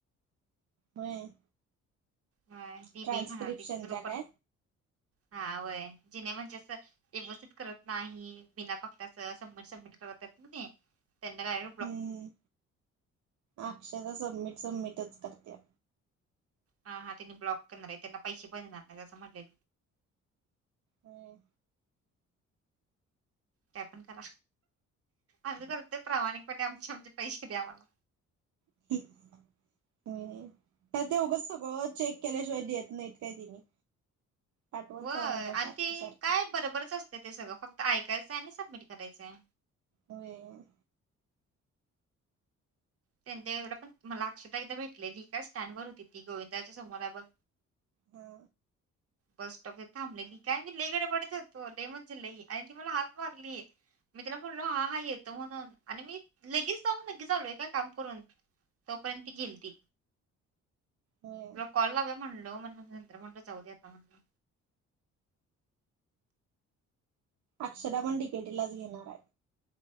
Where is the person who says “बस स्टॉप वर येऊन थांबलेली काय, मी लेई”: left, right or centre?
Right